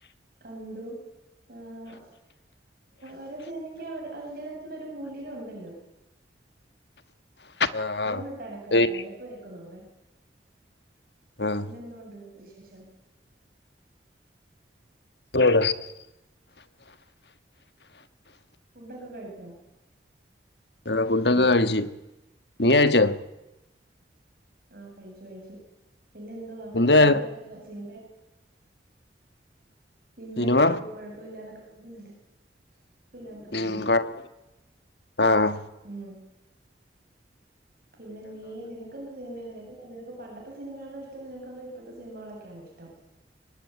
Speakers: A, on the right; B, on the left.
A: കണ്ടു ഏഹ് ഓരോ സിനിമ ക്ക്യും അതിന്റേതായിട്ടുള്ള ഒരു മൂല്യത ഉണ്ടല്ലോ
B: ആഹ്
A: ഫോണ്
B: ആഹ്
A: ഇട്ടാനക്കാ
B: ഏയ്
A: എരപ്പ് കേക്കുന്നുണ്ട്.
B: ആഹ്
A: പിന്നെന്തോണ്ട് വിശേഷം
B: <unintelligible>
A: ഫുണ്ടൊക്കെ കഴിച്ചോ.
B: ആഹ് ഫുഡൊക്കെ കഴിച്ചു. നീ കഴിച്ചോ
A: ആഹ് കഴിച്ചു, കഴിച്ചു. പിന്നെ എന്തുവാ.
B: എന്തായിരുന്നു
A: സിനിമയൊക്കെ സിനിമ സിനിമയൊക്കെ
B: സിനിമ
A: കുഴപ്പം ഇല്ലാതൊക്കെ പോകുന്നില്ലേ. പിന്നെ അതൊക്കെ പോകുന്നില്ലേ.
B: ഉം കൊഴപ്പ ആഹ്
A: ഉം പിന്നെ നീ നിനക്ക് എന്ത് സിനിമ നിനക്ക്, നിനക്ക് പണ്ടത്തെ സിനിമയാണോ ഇഷ്ടം. നിനക്ക് അത് ഇപ്പത്തെ സിനമകളൊക്കെയാണോ ഇഷ്ടം